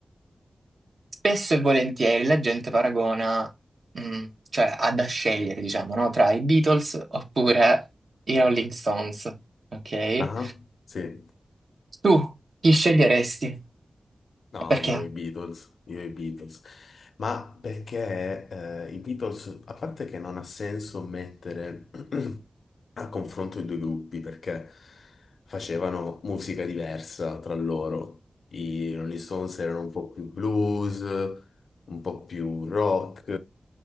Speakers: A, on the right; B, on the left.
A: spesso e volentieri la gente paragona, mh, cioè ha da scegliere, diciamo, no? Tra i Beatles oppure i Rolling Stones, ok?
B: ah, sì.
A: Tu chi sceglieresti?
B: No,
A: Perché?
B: io i Beatles, io i Beatles. Ma perché eh, i Beatles, a parte che non ha senso mettere <clears throat> a confronto i due gruppi, perché facevano musica diversa tra loro. I Rolling Stones erano un po' più blues, un po' più rock.